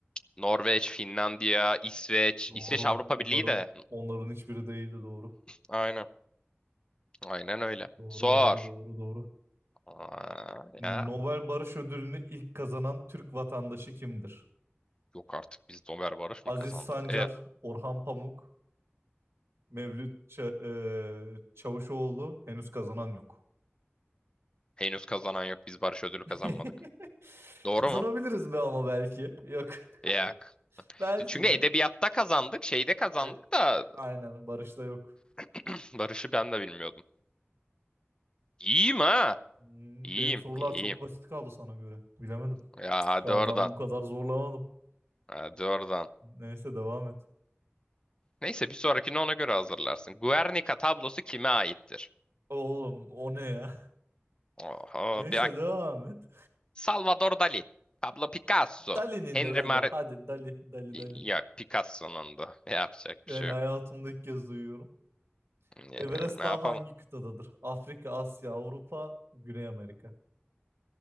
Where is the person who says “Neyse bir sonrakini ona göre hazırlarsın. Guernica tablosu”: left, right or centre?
Left